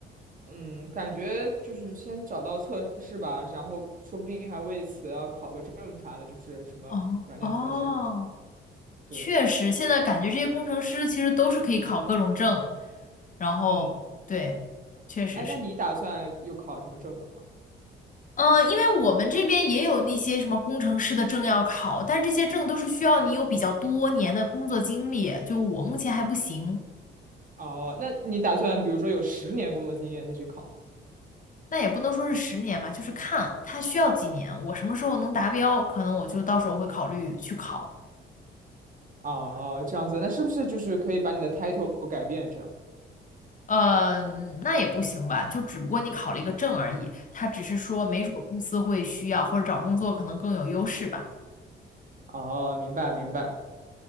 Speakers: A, on the right; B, on the left.
A: 嗯，感觉就是先找到测试吧，然后说不定还为此要考个证啥的，就是什么软件测试之。
B: 哦哦，
A: 对，
B: 确实，现在感觉这些工程师其实都是可以考各种证，然后对，
A: 嗯，
B: 确实是。
A: 哎，那你打算又考什么证吗？
B: 嗯，因为我们这边也有那些什么工程师的证要考，但是这些证都是需要你有比较多年的工作经历，就我目前还不行，
A: 哦，那你打算比如说有十年工作经验再去考？
B: 那也不能说是十年吧，就是看他需要几年，我什么时候能达标，可能我就到时候会考虑去考。
A: 哦，这样子，那是不是就是可以把你的 title 改变这样？
B: 嗯，那也不行吧，就只不过你考了一个证而已，他只是说没准儿公司会需要，或者找工作可能更有优势吧。
A: 哦，明白明白，